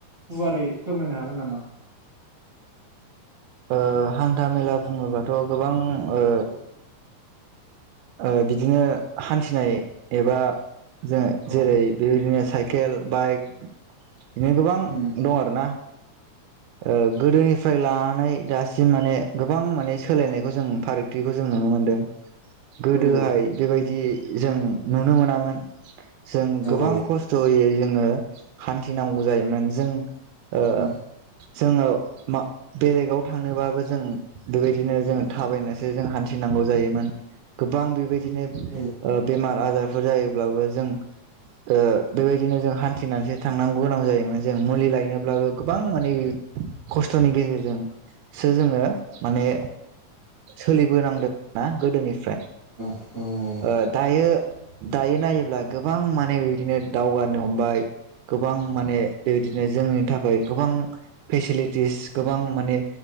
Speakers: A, on the right (about 30°); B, on the right (about 80°).
A: गुवारै फोरमायनो हागोन नामा?
B: ओ हान्था मेला बुङोबाथ' गोबां। ओ।
A: औ
B: ओ बिदिनो हान्थिनाय एबा जों
A: औ
B: जेरै बेबायदिनो साइकेल बाइक बिनो गोबां
A: औ
B: दं आरोना ओ गोदोनिफ्राय लानानै दासिम माने गोबां माने सोलायनायखौ जों फारागथिखौ जों नुनो मोन्दों । गोदोहाय
A: औ
B: बेबायदि जों नुनो मोनामोन जों
A: औ
B: गोबां खस्थ'यै जोङो हान्थिनांगौ जायोमोन जों ओ
A: औ
B: जोङो मा बेलेगाव थांनोबाबो जों बेबायदिनो जों थाबायनोसो जों हान्थिनांगौ जायोमोन । गोबां बेबायदि <unintelligible>
A: औ
B: ओ बेमार आजार जायोब्लाबो जों ओ बेबायदिनो जों हान्थिनानैसो थांनांगौ गोनां जायो । <unintelligible> जों मुलि लायनो ब्लाबो गोबां माने खस्थ'नि गेजेरजोंसो जोङो माने सोलिबोनांदों ना गोदोनिफ्राय
A: अ औ औ औ।
B: ओ दायो दायो नायोब्ला गोबां माने बिदिनो दावगानो हमबाय गोबां माने बेबायदिनो जोंनि <unintelligible> गोबां फेसिलिटिस गोबां माने